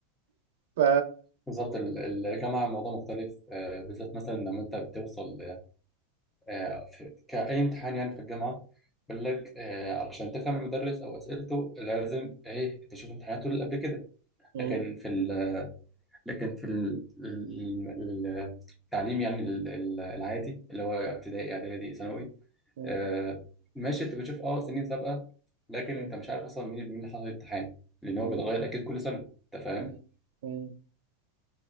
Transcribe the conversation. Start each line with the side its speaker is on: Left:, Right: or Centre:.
Right: ف
Centre: بالظبط ال- الجامعه موضوع مختلف آه، بالذات مثلا لما انت بتوصل آه، في- كاي امتحان يعني في الجامعه بيقول لك آه، علشان تفهم المدرس او اسئلته لازم ايه تشوف امتحاناته اللي قبل كده
Right: م-
Centre: لكن في ال لكن في ال- ال- ال- التعليم يعني ال- ال- العادي اللي هو ابتدائي اعدادي ثانوي
Right: م-
Centre: آه، ماشي انت بتشوف اه سنين سابقه لكن
Right: م-
Centre: انت مش عارف اصلا مين اللي- مين اللي حصل الامتحان لان هو
Right: م-
Centre: بيتغير اكيد كل سنه انت فاهم
Right: م- م.